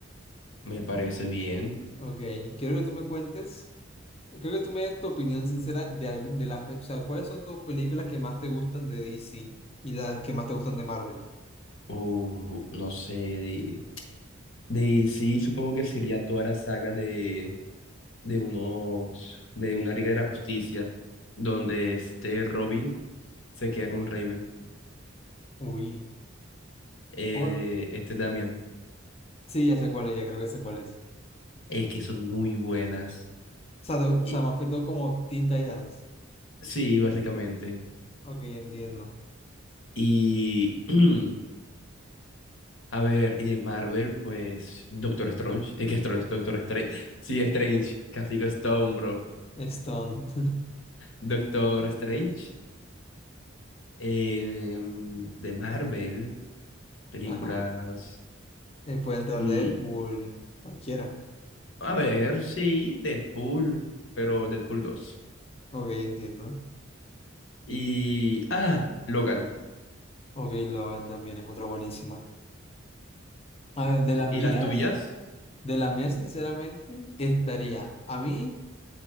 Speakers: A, on the left (about 75°); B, on the left (about 30°).
A: me parece bien.
B: Ok, quiero que tú me cuentes, creo que tú me des tu opinión sincera de, algún- de las, pe- o sea, ¿cuáles son tus películas que más te gustan de DC y las que más te gustan de Marvel?
A: Uh, no sé. De, de- sí, supongo que sería toda la saga de, de unos. de una Liga de la Justicia, donde este Robin se queda con Raven.
B: Uy,
A: Eh,
B: oh,
A: este Damian.
B: sí, ya sé cuál es, ya creo que sé cuál es.
A: Es que son muy buenas.
B: O sea, te- o
A: Y-
B: sea, más que todo como Teen Titans.
A: sí, básicamente.
B: Ok, entiendo.
A: Y. <clears throat> A ver, y de Marvel, pues Doctor Strange, y qué Strange, Doctor Strange, sí, Strange, Casi Castigo Stone, bro.
B: Stone.
A: Doctor Strange, eh, de Marvel, películas,
B: Ajá. Eh, puede entrar
A: mm,
B: Deadpool, cualquiera.
A: a ver, sí, Deadpool, pero Deadpool dos
B: Ok, entiendo.
A: Y, ah, Logan,
B: Ok, Logan también es otra buenísima. A ver, de las
A: ¿y
B: mías,
A: las tuyas?
B: de las mías, sinceramente, estaría. A mí